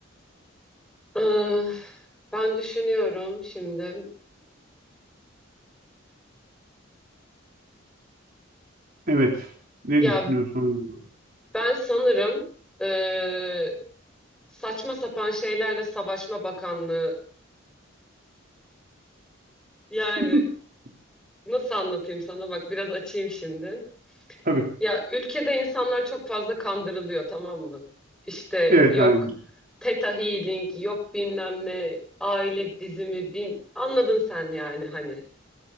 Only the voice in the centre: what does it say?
Ah, ben düşünüyorum şimdi.
Ya
ben sanırım eee, saçma sapan şeylerle Savaşma Bakanlığı. Yani
nasıl anlatayım sana? Bak biraz açayım şimdi.
Ya ülkede insanlar çok fazla kandırılıyor tamam mı? İşte
yok
Theta Healing, yok bilmem ne, aile dizimi, bin... anladın sen yani hani.